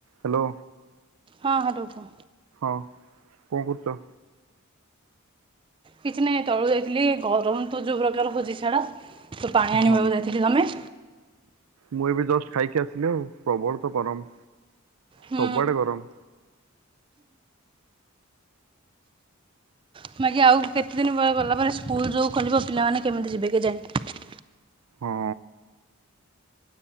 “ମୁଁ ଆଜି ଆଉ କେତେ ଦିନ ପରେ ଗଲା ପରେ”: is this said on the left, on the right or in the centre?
Right